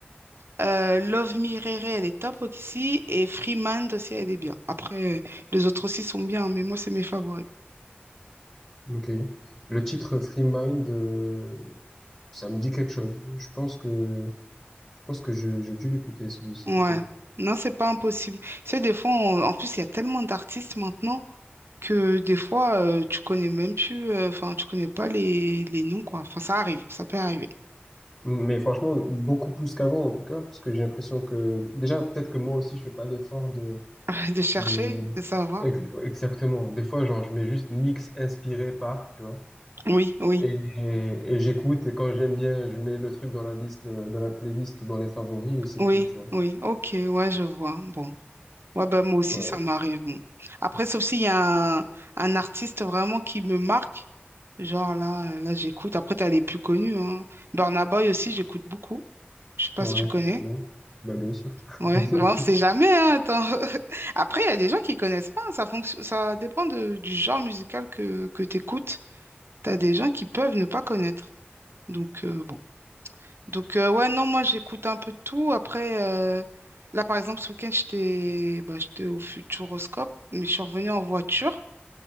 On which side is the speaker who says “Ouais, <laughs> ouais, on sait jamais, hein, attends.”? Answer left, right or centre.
Right